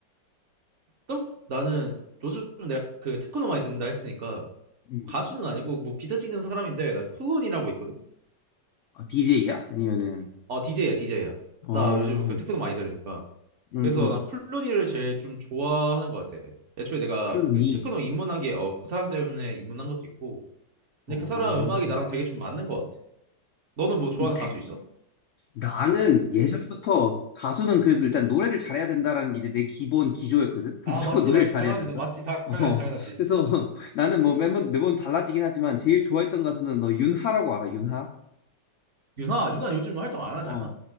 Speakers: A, on the right; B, on the left.
A: 또 나는 요즘 내가 그 테크노 많이 듣는다 했으니까
B: 음.
A: 가수는 아니고 뭐 비트 찍는 사람인데 나 클론이라고 있거든
B: 아, DJ야? 아니면은
A: 어, DJ야, DJ야.
B: 어,
A: 나 요즘 그
B: 응,
A: 테크노 많이 들으니까.
B: 응.
A: 그래서 난쿨로니를 제일 좀 좋아하는 것 같아. 애초에 내가
B: 클루니.
A: 그 테크노 입문한 게, 어, 그 사람 때문에 입문한 것도 있고. 근데
B: 어.
A: 그 사람 음악이 나랑 되게 좀 맞는 것 같아. 너는 뭐 좋아하는
B: 그럼 태-
A: 가수 있어?
B: 나는 예전부터 가수는 그래도 일단 노래를 잘해야 된다라는 게 이제 내 기본 기조였거든. <laughs>
A: 아,
B: 무조건
A: 맞지,
B: 노래를
A: 맞지.
B: 잘해야
A: 당연히,
B: 된다.
A: 맞지. 당연하지,
B: 어.
A: 당연하지.
B: 그래서 <laughs> 나는 뭐 매번 매번 달라지긴 하지만 제일 좋아했던 가수는 너 윤하라고 알아? 윤하?
A: 유나, 유나 요즘 활동 안 하지
B: 어.
A: 않아?